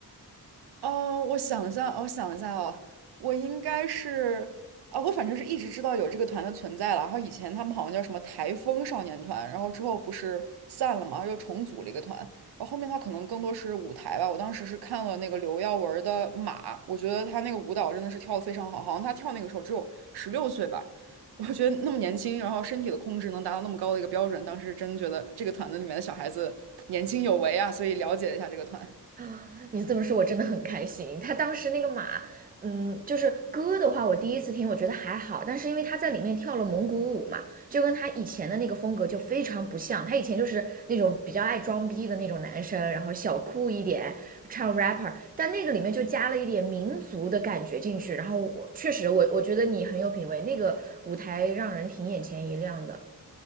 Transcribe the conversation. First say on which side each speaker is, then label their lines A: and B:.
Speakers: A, on the right; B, on the right.
A: 哦，我想一下，哦我想一下哦，我应该是啊，我反正是一直知道有这个团的存在了。然后以前他们好像叫什么台风少年团，然后之后不是散了嘛，然后又重组了一个团。然后后面他可能更多是舞台吧。我当时是看了那个刘耀文儿的《马》，我觉得他那个舞蹈真的是跳得非常好，好像他跳那个时候只有十六岁吧。<laughs> 我觉得那么年轻，然后身体的控制能达到那么高的一个标准，当时真觉得这个团子里面的小孩子年轻有为啊，所以了解了一下这个团。
B: 啊，你这么说，我真的很开心。他当时那个马，嗯，就是歌的话，我第一次听，我觉得还好，但是因为他在里面跳了蒙古舞嘛，就跟他以前的那个风格就非常不像。他以前就是那种比较爱装逼的那种男生，然后小酷一点，唱 rapper，但那个里面就加了一点民族的感觉进去。然后我确实我，我觉得你很有品味，那个舞台让人挺眼前一亮的。